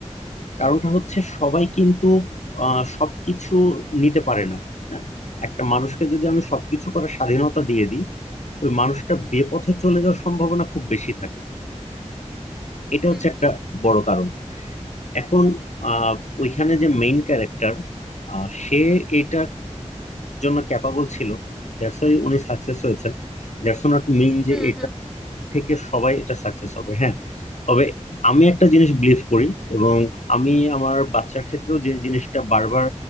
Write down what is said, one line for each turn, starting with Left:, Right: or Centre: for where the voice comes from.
Left: কারণটা হচ্ছে সবাই কিন্তু আহ সবকিছু নিতে পারে না হ্যাঁ একটা মানুষকে যদি আমি সবকিছু করার স্বাধীনতা দিয়ে দিই ওই মানুষটা বেপথে চলে যাওয়ার সম্ভাবনা খুব বেশি থাকে এটা
Centre: হুম
Left: হচ্ছে একটা
Centre: হুম
Left: বড় কারণ এখন আহ ওইখানে যে মেইন ক্যারেক্টার সে এটা জন্য ক্যাপাবল ছিল দ্যাটস ওয়াই উনি সাকসেস হয়েছেন দ্যাটস নট মিন যে
Centre: হুম
Left: এটা
Centre: হুম
Left: থেকে সবাই এটা সাকসেস হবে হ্যাঁ তবে আমি একটা জিনিস বিলিভ করি এবং আমি আমার বাচ্চার ক্ষেত্রেও যে জিনিসটা বারবার